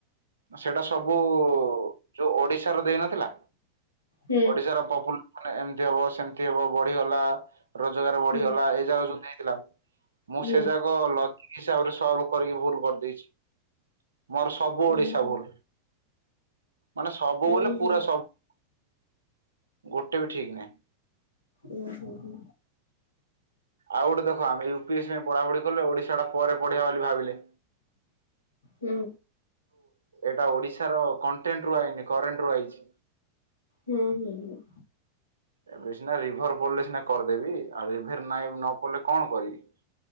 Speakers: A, on the right; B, on the left.
A: ସେଇଟା ସବୁ ଯୋଉ ଓଡିଶାର ଦେଇନ ନଥିଲା
B: ହୁଁ
A: ଓଡିଶାର ପପୁଲ ମାନେ ଏମିତି ହବ ସେମିତି ହବ ବଢିଗଲା ରୋଜଗାର ବଢିଗଲା
B: ହୁଁ
A: ଏଇ ଯାାଉ ଛନ୍ତିି <unintelligible> ମୁଁ
B: ହୁଁ
A: ସେ ଯାକ ଲଜିକ ହିସାବରେ ସଲ୍ଭ କରିକି ଭୁଲ କରିଦେଇଛି ମୋର ସବୁ ଓଡିଶା
B: ଉଁ
A: ସବୁ
B: ହୁଁ
A: ଭୁଲ ମାନେ ସବୁ ବଇଲେ
B: ଉଁ
A: ପୁରା
B: ହୁଁ
A: ସବୁ ଗୋଟେ ବି ଠିକ୍ ନାହିଁ
B: ଓ ହୋ ହୋ
A: ଆଉ ଗୋଟେ ଦେଖ ଆମେ ୟୁପିଏସ୍ ପାଇଁ ପଢାପଢି କଲେ ଓଡିଶା ଟା ପରେ ପଢିବା ବୋଲି ଭାବିଲେ
B: ହୁଁ
A: ଏଟା ଓଡିଶାର କଣ୍ଟେଣ୍ଟ ରୁ ଆଇନି କରେଣ୍ଟ ରୁ ଆଇଛି
B: ହୁଁ ହୁଁ ହଁ
A: ଏବେ ସିନା ରିଭର ପଡିଲେ ସିନା କରିଦେବି ଆଉ ରିଭର ନାଇଁ ନ ପଡିଲେ କଣ କରିବି